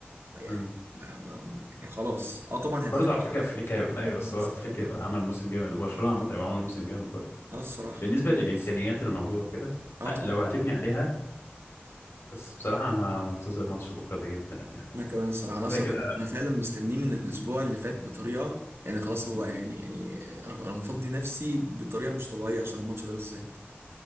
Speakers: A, on the right; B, on the left.
A: يعني
B: مم.
A: ما ما ما- يعني خلاص اه طبعا هتضايق
B: برضه على برضه فكرة فليك هيبقى أيوة بس
A: بس
B: هو فليك
A: اه
B: هيبقى عمل موسم جامد وبرشلونة عامة هيبقى عمل موسم جامد برضه
A: آه الصراحه
B: بالنسبة للإمكانيات اللي موجودة وكده
A: اه
B: ه-
A: طبعا
B: لو هتبني عليها بس بصراحة أنا منتظر ماتش بكرة ده جدا يعني
A: انا كمان الصراحه انا
B: كده
A: اصلا
B: كده
A: انا أنا فعلا مستنيه من الاسبوع اللي فات بطريقه يعني خلاص هو
B: مم.
A: يعني يعني انا انا مفضي نفسي بطريقه مش طبيعيه عشان الماتش ده بالذات